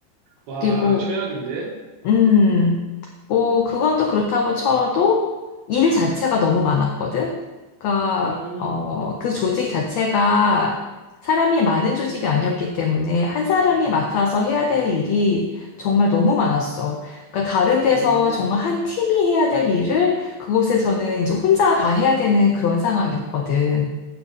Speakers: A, on the right; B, on the left.
A: 와,
B: 그리고,
A: 최악인데?
B: 음, 뭐, 그건 또 그렇다고 쳐도 일 자체가 너무 많았거든. 그러니까,
A: 음,
B: 어, 그 조직 자체가 사람이 많은 조직이 아니었기 때문에 한 사람이 맡아서 해야 될 일이 정말 너무 많았어. 그러니까 다른 데서
A: 음,
B: 정말 한 팀이 해야 될 일을 그곳에서는 이제 혼자 다 해야 되는 그런 상황이었거든.